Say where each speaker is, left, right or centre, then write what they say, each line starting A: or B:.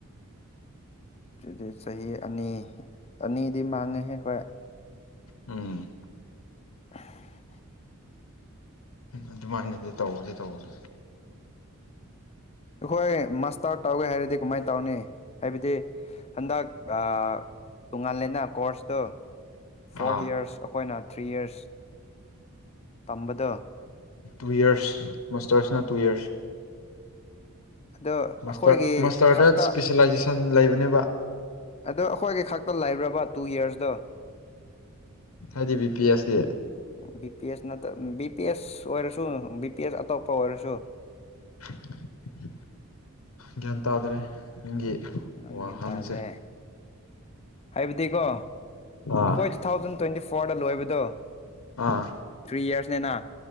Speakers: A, on the left; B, on the left.
A: ꯑꯗꯨꯗꯤ ꯆꯍꯤ ꯑꯅꯤ ꯑꯅꯤꯗꯤ ꯃꯥꯡꯉꯦꯍꯦ ꯍꯣꯏ
B: ꯎꯝ
A: <unintelligible>
B: ꯑꯗꯨꯃꯥꯏꯅꯗꯤ ꯇꯧꯕꯗꯤ ꯇꯧꯕꯅꯤ
A: ꯑꯩꯈꯣꯏ ꯃꯥꯁꯇꯔ ꯇꯧꯒꯦ ꯍꯥꯏꯔꯗꯤ ꯀꯃꯥꯏ ꯇꯧꯅꯤ ꯍꯥꯏꯕꯗꯤ ꯍꯟꯗꯛ ꯑ ꯇꯣꯉꯥꯜꯂꯦꯅ ꯀꯣꯔꯁꯇꯣ ꯐꯣꯔ
B: ꯑꯥ
A: ꯌꯤꯔꯁ ꯑꯩꯈꯣꯏꯅ ꯊ꯭ꯔꯤ ꯌꯔꯁ ꯇꯝꯕꯗꯣ
B: ꯇꯨ ꯌꯤꯔꯁ ꯃꯥꯁꯇꯔꯁꯤꯅ ꯇꯨ ꯌꯤꯔꯁ
A: ꯑꯗꯣ
B: ꯃꯥꯁꯇꯔ
A: ꯑꯈꯣꯏꯒꯤ
B: ꯃꯥꯁꯇꯔꯗ
A: ꯈꯛꯇ
B: <unintelligible> ꯂꯩꯕꯅꯦꯕ
A: ꯑꯗꯣ ꯑꯩꯈꯣꯏꯒꯤ ꯈꯛꯇ ꯂꯩꯕ꯭ꯔꯕ ꯇꯨ ꯌꯔꯁꯗꯣ
B: ꯍꯥꯏꯗꯤ ꯕꯤ ꯄꯤ ꯑꯦꯁꯒꯤ
A: ꯕꯤ ꯄꯤ ꯑꯦꯁ ꯅꯠꯇ ꯕꯤ ꯄꯤ ꯑꯦꯁ ꯑꯣꯏꯔꯁꯨ ꯕꯤ ꯄꯤ ꯑꯦꯁ ꯑꯇꯣꯞꯄ ꯑꯣꯏꯔꯁꯨ
B: <unintelligible> ꯒ꯭ꯌꯥꯟ ꯇꯥꯗ꯭ꯔꯦ ꯅꯪꯒꯤ
A: ꯅꯪ
B: ꯋꯥꯍꯪꯁꯦ
A: ꯒ꯭ꯌꯥꯟ ꯇꯥꯗꯦ ꯍꯥꯏꯕꯗꯤꯒꯣ ꯑꯩꯈꯣꯏ
B: ꯑꯥ
A: ꯇꯨ ꯊꯥꯎꯖꯟ ꯇ꯭ꯋꯦꯟꯇꯤ ꯐꯣꯔꯗ ꯂꯣꯏꯕꯗꯣ
B: ꯑꯥ
A: ꯊ꯭ꯔꯤ ꯌꯔꯁꯅꯦꯅꯥ